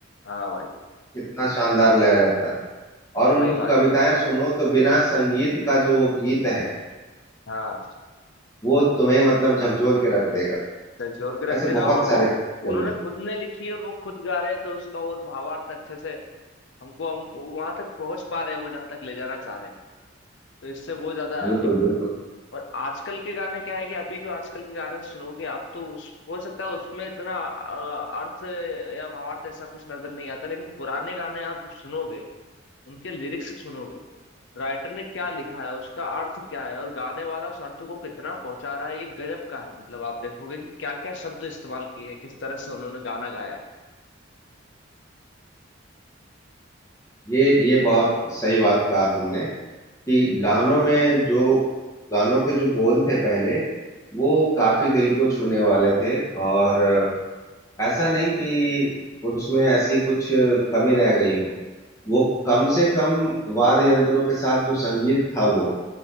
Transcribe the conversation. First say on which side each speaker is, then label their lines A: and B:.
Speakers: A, on the left; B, on the left.
A: हाँ भाई
B: कितना शानदार लय रहता है और
A: वही
B: उनकी
A: बात
B: कविताएं सुनो तो बिना संगीत का जो वो गीत है
A: हाँ
B: वो तुम्हें मतलब झकझोर के रख देगा
A: झकझोर के रख
B: ऐसे
A: देगा
B: बहुत
A: और
B: सारे
A: वो
B: कवि
A: उन्होंने
B: हैं।
A: खुद ने लिखी और वो खुद गा रहे हैं तो उसका और भावार्थ अच्छे से हमको हम वहां तक पहुंच पा रहे हैं वो जहां तक ले जाना चाह रहे हैं तो इससे वो ज्यादा
B: बिल्कुल
A: एक चीज
B: बिल्कुल
A: है। और आजकल के गाने क्या है कि अभी जो आजकल के गाने सुनोगे आप तो उस, हो सकता है उसमें इतना अ, अर्थ या भावार्थ ऐसा कुछ नजर नहीं आता लेकिन पुराने गाने आप जब सुनोगे उनके लिरिक्स सुनोगे राइटर ने क्या लिखा है उसका अर्थ क्या है और गाने वाला उस अर्थ को कितना पहुंचा रहा है ये गजब का है मतलब आप देखोगे कि क्या क्या शब्द इस्तेमाल किए हैं, किस तरह से उन्होंने गाना गाया है
B: ये ये बहुत सही बात कहा तुमने कि गानों में जो गानों के जो बोल थे पहले वो काफी दिल को छूने वाले थे और ऐसा नहीं कि उसमें ऐसी कुछ कमी रह गई हो वो कम
A: हाँ
B: से कम वाद्य यंत्रों के साथ जो संगीत था वो